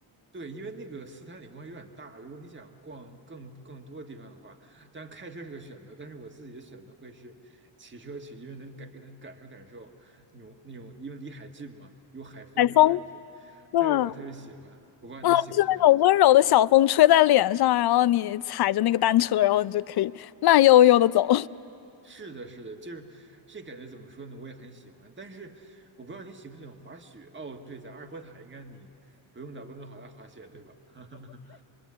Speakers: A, on the right (about 25°); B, on the left (about 50°).
A: 对，因为那个斯坦李光有点大，如果你想逛更更多的地方的话，当然开车是个选择，但是我自己的选择会是骑车去，因为能感能感受感受那种那种，因为离海近嘛，有海风那种感觉，
B: 海风，对吧？
A: 对，我特别喜欢。我不知道你喜不喜欢这
B: 啊，就是那种温柔的小风吹在脸上，然后你踩着那个单车，然后你就可以慢悠悠的走。
A: 是的，是的，就是这感觉怎么说呢？我也很喜欢，但是我不知道你喜不喜欢滑雪。哦，对，在阿尔伯塔应该你不用到温哥华来滑雪，对吧 <laughs>